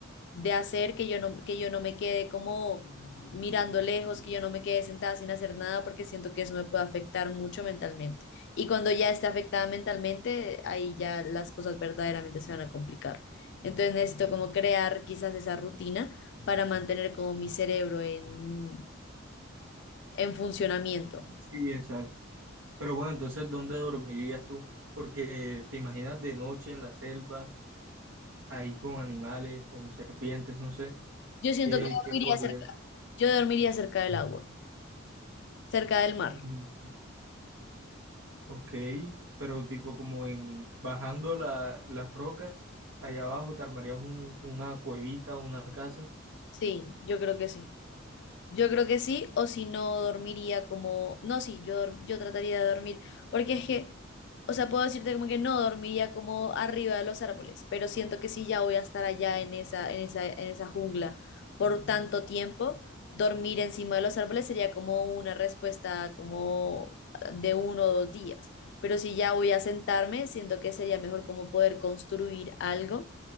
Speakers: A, on the left; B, on the right.
A: de hacer, que yo no, que yo no me quede como mirando lejos, que yo no me quede sentada sin hacer nada, porque siento que eso me puede afectar mucho mentalmente. Y cuando ya esté afectada mentalmente, ahí ya las cosas verdaderamente se van a complicar. Entonces necesito como crear quizás esa rutina para mantener como mi cerebro en, en funcionamiento.
B: Sí, exacto. Pero bueno, entonces, ¿dónde dormirías tú? Porque te imaginas de noche en la selva, ahí con animales, con serpientes, no sé,
A: Yo siento
B: ¿qué,
A: que dormiría
B: qué podrías?
A: cerca, yo dormiría cerca del agua, cerca del mar.
B: Mm, Ok, pero tipo como en bajando la- las rocas, allá abajo te armarías un- una cuevita, una casa.
A: Sí, yo creo que sí. Yo creo que sí, o si no dormiría como, no, sí, yo, dor- yo trataría de dormir, porque es que, o sea, puedo decirte como que no dormiría como arriba de los árboles, pero siento que sí ya voy a estar allá en esa, en esa, en esa jungla por tanto tiempo, dormir encima de los árboles sería como una respuesta como de uno o dos días, pero si ya voy a sentarme, siento que sería mejor como poder construir algo